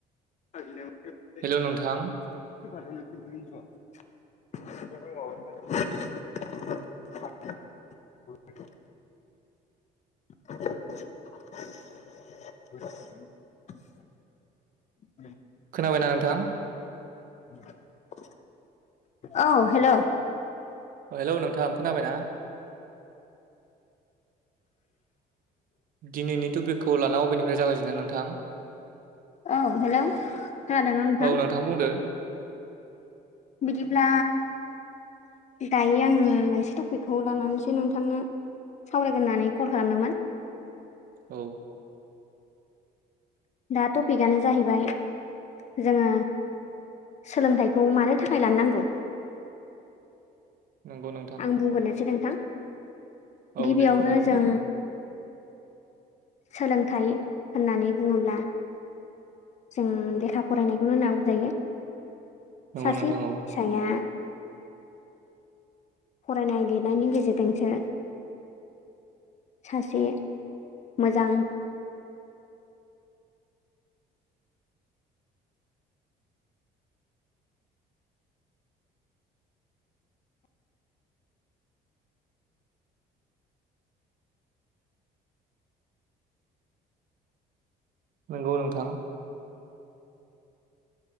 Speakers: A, on the left (about 45°); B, on the right (about 55°).
A: <unintelligible>
B: हेल' नोंथां
A: <unintelligible> <unintelligible>
B: खोनाबायना नोंथां?
A: <unintelligible> औ हेल'
B: हेलौ नोंथाङा आं खोनाबायना? दिनैनि थपिकखौ लाना अबेनिफ्राय जागायजेनो नोंथां?
A: औ हेलौ खोनादोंना नोंथां?
B: औ बुंदो
A: बिदिब्ला दायो आङो मोनसे टपिकखौ लानानैसै नोंथांनो‌ सावरायगोन होननानै कल खालामदोंमोन।
B: औ।
A: दा टपिकआनो जाहैबाय जोङो सोलोंथाइखौ मानो थाखाय लानो नांगौ।
B: <inaudible> नोंथां
A: आं बुंग्रोनोसै नोंथां
B: औ
A: गिबियावनो
B: दे बुंदो नोंथां
A: जों सोलोंथाइ होननानै बुङोब्ला जों लेखा फरायनायखौनो होनना बुंजायो।
B: नंगौ
A: सासे
B: नोंथां
A: फिसाया
B: औ
A: फरायनाय लिरनायनि गेजेरजोंसो सासे मोजां
B: नंगौ नोंथां।